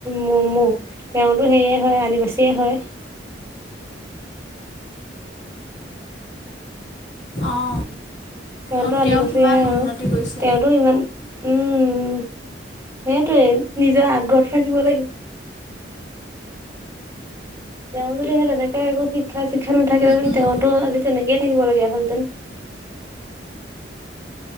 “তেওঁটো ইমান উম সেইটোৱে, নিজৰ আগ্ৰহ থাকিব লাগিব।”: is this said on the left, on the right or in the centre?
Right